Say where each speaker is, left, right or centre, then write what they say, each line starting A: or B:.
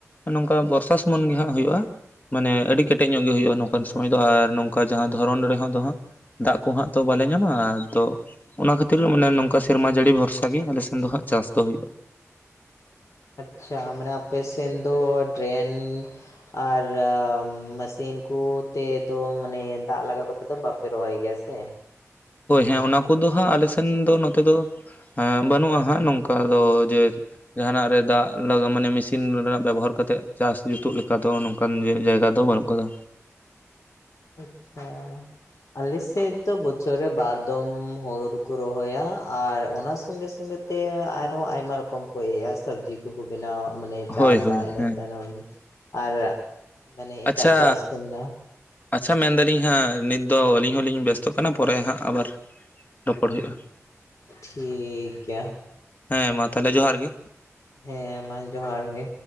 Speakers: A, on the left (about 30°); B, on the left (about 70°).
A: ᱱᱚᱝᱠᱟ ᱵᱚᱨᱥᱟ ᱥᱩᱢᱩᱱ ᱜᱮᱦᱟᱜ ᱦᱩᱭᱩᱜᱼᱟ᱾ ᱢᱟᱱᱮ ᱟᱹᱰᱤ ᱠᱮᱴᱮᱡ ᱧᱚᱜ ᱜᱮ ᱦᱩᱭᱩᱜᱼᱟ ᱱᱚᱝᱠᱟᱱ ᱥᱚᱢᱚᱭ ᱫᱚ, ᱟᱨ ᱱᱚᱝᱠᱟ ᱡᱟᱦᱟᱸ ᱫᱷᱚᱨᱚᱱ ᱨᱮᱦᱚᱸ ᱫᱚ ᱦᱟᱸᱜ ᱫᱟᱜ ᱠᱚᱦᱟᱸᱜ ᱛᱚ ᱵᱟᱞᱮ ᱧᱟᱢᱟ ᱫᱚ᱾ ᱚᱱᱟ ᱠᱷᱟᱹᱛᱤᱨ ᱢᱟᱱᱮ ᱱᱚᱝᱠᱟ ᱥᱮᱨᱢᱟ ᱡᱟᱹᱲᱤ ᱵᱷᱚᱨᱥᱟᱜ ᱜᱮ ᱟᱞᱮ ᱥᱮᱱ ᱫᱚ ᱦᱟᱸᱜ ᱪᱟᱥ ᱫᱚ ᱦᱩᱭᱩᱜᱼᱟ᱾
B: ᱟᱪᱪᱷᱟ᱾ ᱢᱟᱱᱮ ᱟᱯᱮᱥᱮᱱ ᱫᱚ ᱰᱨᱮᱱᱤ ᱟ-ᱨᱟᱢ ᱢᱮᱥᱤᱱ ᱠᱚ ᱛᱮ ᱫᱚ ᱢᱟᱱᱮ ᱫᱟᱜ ᱞᱟᱜᱟᱣ ᱠᱟᱛᱮᱜ ᱫᱚ ᱵᱟᱯᱮ ᱨᱚᱦᱚᱭ ᱜᱮᱭᱟ ᱥᱮ?
A: ᱦᱳᱭ ᱦᱮᱸ ᱚᱱᱟ ᱠᱚᱫᱚ ᱦᱟᱸᱜ ᱟᱞᱮ ᱥᱮᱱ ᱫᱚ ᱱᱚᱛᱮ ᱫᱚ ᱦᱮ ᱵᱟᱹᱱᱩᱜᱼᱟ ᱦᱟᱸᱜ ᱱᱚᱝᱠᱟ ᱫᱚ ᱡᱮ ᱡᱟᱦᱟᱱᱟᱜ ᱨᱮ ᱫᱟᱜ ᱞᱟᱜᱟ ᱢᱟᱱᱮ ᱢᱮᱥᱤᱱ ᱨᱮᱱᱟᱜ ᱵᱮᱵᱚᱦᱟᱨ ᱠᱟᱛᱮᱫ ᱪᱟᱥ ᱡᱩᱛᱩᱜ ᱞᱮᱠᱟ ᱫᱚ ᱱᱚᱝ ᱠᱟᱱ ᱠᱚ ᱡᱟᱭᱜᱟ ᱫᱚ ᱵᱟᱹᱱᱩᱜ ᱟᱠᱟᱫᱟ᱾
B: ᱟᱪᱪᱷᱟ᱾ ᱟᱞᱮᱥᱮᱫ ᱫᱚ ᱵᱚᱪᱷᱚᱨ ᱨᱮ ᱵᱟᱨ ᱫᱚᱢ ᱦᱩᱲᱩ ᱫᱚᱠᱚ ᱨᱚᱦᱚᱭᱟ, ᱟᱨ ᱚᱱᱟ ᱥᱚᱸᱜᱮ ᱥᱚᱸᱜᱮ ᱛᱮ ᱟᱨᱦᱚᱸ ᱟᱭᱢᱟ ᱨᱚᱠᱚᱢ ᱠᱚ ᱤᱭᱟᱹᱭᱟ ᱥᱚᱵᱽᱡᱤ ᱠᱩ ᱠᱩ ᱵᱮᱱᱟᱣᱟ ᱢᱟᱱᱮ ᱪᱟᱥᱟ
A: ᱦᱳᱭ ᱦᱳᱭ
B: ᱤᱱᱟᱹ
A: ᱦᱮᱸ
B: ᱛᱟᱭᱱᱚᱢ ᱟᱨ ᱢᱟᱱᱮ ᱮᱴᱟᱜ
A: ᱟᱪᱪᱷᱟ
B: ᱪᱟᱥ ᱠᱚ ᱢᱮᱱᱟᱜ-ᱟ᱾
A: ᱟᱪᱪᱷᱟ ᱢᱮᱱ ᱫᱟᱞᱤᱧ ᱦᱟᱸᱜ ᱱᱤᱛ ᱫᱚ ᱟᱹᱞᱤᱧ ᱦᱚᱸᱞᱤᱧ ᱵᱮᱥᱛᱚᱜ ᱠᱟᱱᱟ ᱯᱚᱨᱮ ᱦᱟᱸᱜ ᱟᱵᱟᱨ ᱨᱚᱯᱚᱲ ᱦᱩᱭᱩᱜᱼᱟ᱾
B: ᱴᱷᱤᱠ ᱜᱮᱭᱟ᱾
A: ᱦᱮᱸ ᱢᱟ ᱛᱟᱦᱚᱞᱮ ᱡᱚᱦᱟᱨ ᱜᱮ᱾
B: ᱦᱮᱸ ᱢᱟ ᱡᱚᱦᱟᱨ ᱜᱮ᱾